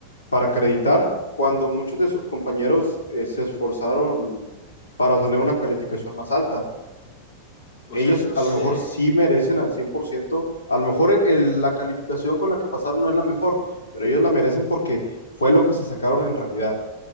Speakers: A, on the left; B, on the left.
A: para acreditar cuando muchos de sus compañeros eh, se esforzaron para obtener una calificación más alta.
B: O
A: Ellos
B: sea, yo
A: a
B: sé,
A: lo mejor sí merecen al 100% a lo mejor el- la calificación con la que pasaron no es la mejor, pero ellos la merecen porque fue lo que se sacaron en realidad.